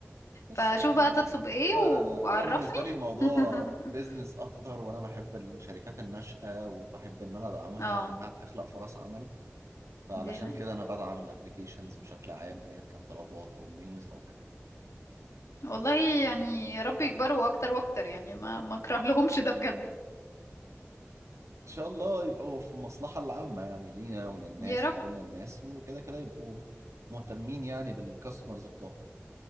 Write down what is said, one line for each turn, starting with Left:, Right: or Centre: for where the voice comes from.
Right: بس
Left: فشوف
Right: يعني
Left: بقى تطلب ايه
Right: انا
Left: وعرفني
Right: انا انا بالنسبه لي الموضوع
Left: <laughs>
Right: بيزنس اكتر وانا بحب الشركات الناشئه وبحب ان انا ادعمها
Left: اه
Right: وانها بتخلق فرص عمل فعلشان
Left: دي حقيقة
Right: كده انا بدعم الابليكيشنز بشكل عام ايا كان طلبات او المنيوز او كده
Left: والله يعني يا رب يكبروا اكتر واكتر يعني ما ما اكره لهمش ده بجد
Right: ان شاء الله يبقوا في المصلحه العامه يعني لينا وللناس
Left: يا رب
Right: وكل الناس وكده كده يبقوا مهتمين يعني بالكاستمرز بتوعهم